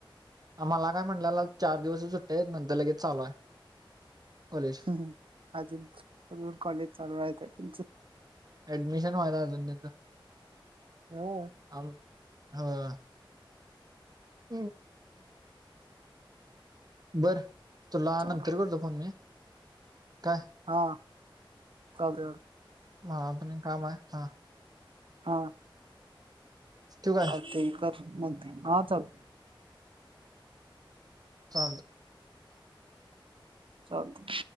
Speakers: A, on the right; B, on the right.
A: आम्हाला काय म्हटलं चार दिवस सुट्टया नंतर लगेच चालू आहे कॉलेज
B: हम् अजून कॉलेज चालू व्हायचं आहे त्यांच
A: अऍडमिशन व्हायचं अजून त्याचं
B: हा
A: अजून होय हम् बर तुला
B: चाल
A: नंतर करतो फोन मी काय
B: हा चालतंय चालतंय
A: मला पण एक काम आहे हा
B: हा
A: ठेवू काय
B: चालतंय की कर नंतर हा चालतंय
A: चालतंय
B: चालतंय